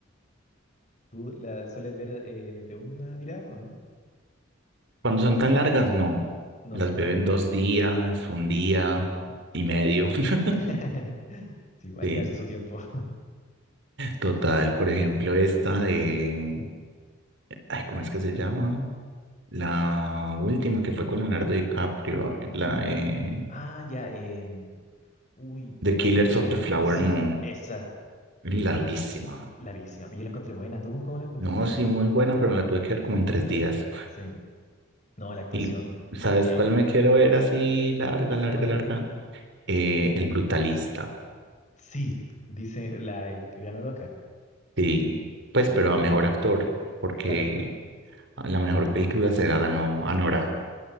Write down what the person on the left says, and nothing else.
¿Tú la sueles ver eh, de una tirada o no?
No
es cierto.
<laughs> Sí, hay
que darse su tiempo. <laughs>
Ah, ya, em, uy,
sí,
esa
larguísima. Pero Yo la encontré buena. ¿Tú cómo la encontraste?
Sí. No, la actuación,
genial.
¿Cuál?
Sí, dice la que ganó el Oscar.
Sí,
claro.